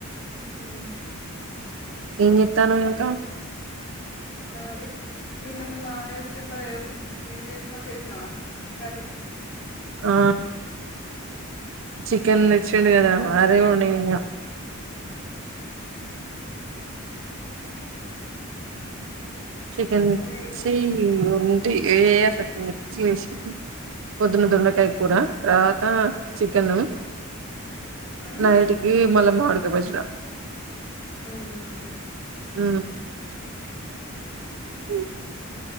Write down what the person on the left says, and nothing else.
ఉ
మ మమ్మికి నిన్న మీ మామయ్య వచ్చిండో ఏమో ఏం చేసినా చేసినావా కర్రీ
ఉదయ్
ఉమ్
ఉమ్
ఊహు